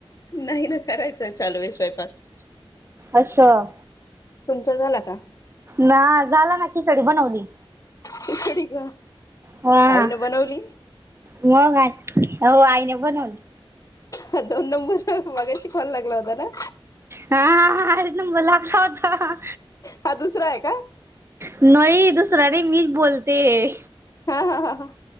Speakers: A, on the left; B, on the right.
A: नाही ना करायचंय चालू आहे स्वयंपाक
B: असं
A: तुमचा झाला का
B: ना झाला न कि कढी बनवली.
A: खिचडी ग,
B: हा
A: आईन बनवली.
B: मग आ हो आईने बनवली.
A: ह दोन नंबर मगाशी कॉल लागला होता ना.
B: हा हा हाच नंबर लागला होता.
A: हा दुसरा आहे का
B: नोई दुसरं नाही मीच बोलतेय.
A: हा हा हा हा